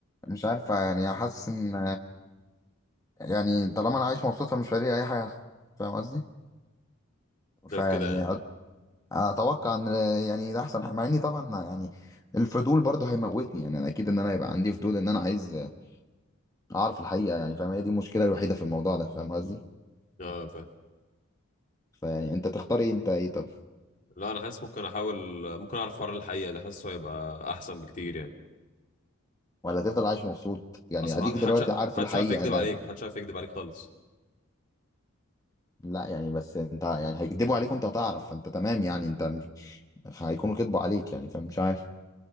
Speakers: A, on the left (about 15°); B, on the left (about 40°).
A: مش عارف يعني حاسس ان يعني طالما انا عايش مبسوط فمش فارق لي اي حاجه فاهم قصدي
B: شايف
A: فيعني
B: كده يعني
A: أ- اتوقع ان يعني ده احسن حاجة. مع اني طبعا يعني الفضول برضه هيموتني يعني انا اكيد ان انا هيبقى عندي فضول ان انا عايز اعرف الحقيقه يعني فاهم هي دي المشكله الوحيده في الموضوع ده فاهم قصدي
B: اه فاهم
A: فيعني انت تختار ايه انت ايه طب
B: لا انا حاسس ممكن احاول ممكن اعرف حوار الحقيقه ده حاسه هيبقى احسن بكتير يعني
A: ولا تفضل عايش مبسوط يعني
B: اصلا
A: اديك
B: محدش
A: دلوقتي عارف
B: محدش
A: الحقيقه
B: عارف يكذب
A: ده
B: عليك محدش عارف يكذب عليك خالص
A: لا يعني بس انت يعني هيكدبوا عليك وانت هتعرف فانت تمام يعني انت مش هيكونوا كدبوا عليك يعني فمش عارف